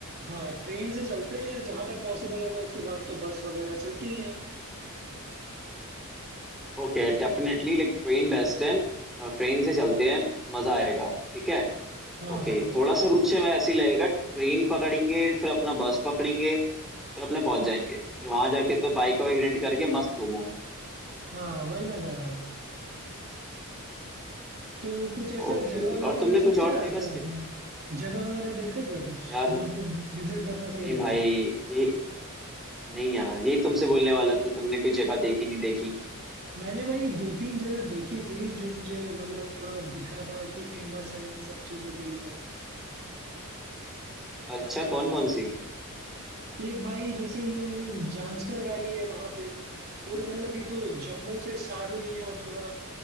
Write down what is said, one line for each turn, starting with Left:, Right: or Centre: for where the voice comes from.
Right: हाँ ट्रेन से चलते हैं जहां तक पॉसिबल होगा उसके बाद तो बस वगैरह चलती ही है
Centre: Okay definitely like train best है ट्रेन से चलते हैं मजा आएगा ठीक है
Right: हाँ
Centre: ओके
Right: हाँ
Centre: थोड़ा सा रूट से मैं ऐसे ही लगेगा ट्रेन पकड़ेंगे फिर अपना बस पकड़ेंगे फिर अपने पहुंच जाएंगे फिर वहां जाके तो बाइक वाइक रेंट करके मस्त घूमो
Right: हाँ वही मैं कह रहा था भाई तो कुछ ऐसा
Centre: ओके
Right: जगह वगैरह
Centre: और तुमने
Right: सोचा
Centre: कुछ और
Right: है
Centre: देखा
Right: क्या
Centre: इसके
Right: आपने
Centre: बाद?
Right: जगह वगैरह देखा है क्या कुछ
Centre: यार
Right: जहाँ पे विजिट करना
Centre: नहीं
Right: सही रहेगा
Centre: भाई ये नहीं यार ये तुमसे बोलने वाला था तुमने कोई जगह देखी नहीं देखी
Right: मैंने भाई दो तीन जगह देखी थी जो मुझे मतलब थोड़ा दिखा था कि फेमस है इन सब चीजों के लिए
Centre: अच्छा कौन कौन सी
Right: एक भाई जैसे ये जांस्कर वैली है वहां पे पूरे मतलब ये तो जम्मू से स्टार्ट हुई है और थोड़ा